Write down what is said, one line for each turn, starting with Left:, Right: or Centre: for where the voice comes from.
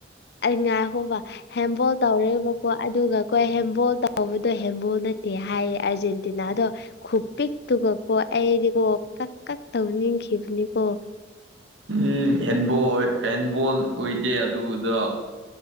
Left: ꯑꯩ ꯉꯥꯏ ꯈꯣꯕ ꯍꯦꯝꯕꯣꯜ ꯇꯧꯔꯦꯕꯀꯣ ꯑꯗꯨꯒ ꯀꯣ ꯍꯦꯝꯕꯣꯜ ꯇꯧꯕ ꯗꯣ ꯍꯦꯝꯕꯣꯜ ꯅꯠꯇꯦ ꯍꯥꯏꯌꯦ ꯑꯥꯔꯖꯦꯟꯇꯤꯅꯥꯗꯣ ꯈꯨꯄꯤꯛꯇꯨꯒꯀꯣ ꯑꯩꯗꯤꯀꯣ ꯀꯛ ꯀꯛ ꯇꯧꯅꯤꯡꯈꯤꯕꯅꯦꯀꯣ
Right: ꯎꯝ ꯍꯦꯟꯕꯣꯜ ꯍꯦꯟꯕꯣꯜ ꯑꯣꯏꯗꯦ ꯑꯗꯨꯗꯣ